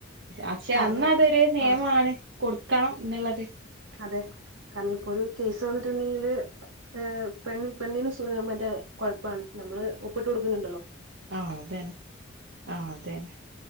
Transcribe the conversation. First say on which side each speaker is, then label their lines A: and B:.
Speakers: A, on the right; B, on the right.
A: പക്ഷെ
B: കാരണം
A: അന്നതൊര് നിയമാണ്.
B: ആഹ്
A: കൊട്ക്കണം എന്ന്ള്ളത്.
B: അതെ കാരണം ഇപ്പൊ ര് കേസ് വന്നിട്ടുണ്ടെങ്കില് ഏഹ് പെണ്ണ് പെണ്ണിന് സുഖ <unintelligible> മറ്റേ കൊഴപ്പാണ് നമ്മള് ഒപ്പിട്ട് കൊട്ക്ക്ന്ന്ണ്ടല്ലോ.
A: ആഹ് തെന്നെ ആഹ് തെന്നെ